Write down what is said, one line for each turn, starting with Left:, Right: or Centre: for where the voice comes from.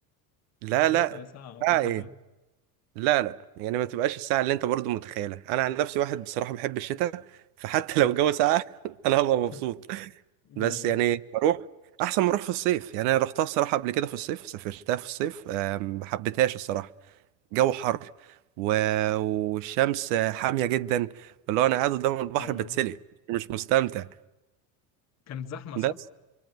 Right: لا
Left: الدنيا
Right: لا
Left: تبقى ساقعة أعتقد
Right: ساعه ايه
Left: اه
Right: لا لا يعني ما تبقاش الساعه اللي انت برضو متخيلها انا عن نفسي واحد بصراحه بحب الشتاء فحتى
Left: آه.
Right: <laughs> لو الجو ساقع <laughs> انا هبقى
Left: <laughs>
Right: مبسوط
Left: جامد
Right: بس يعني بروح احسن ما اروح في الصيف يعني انا رحتها الصراحه قبل كده في الصيف سافرتها في الصيف آه، ما حبيتهاش الصراحه جو حر و... والشمس حامية جدا اللي هو انا قاعد قدام البحر
Left: فعلا
Right: بتسلق مش مستمتع
Left: كانت زحمة
Right: بس
Left: صح؟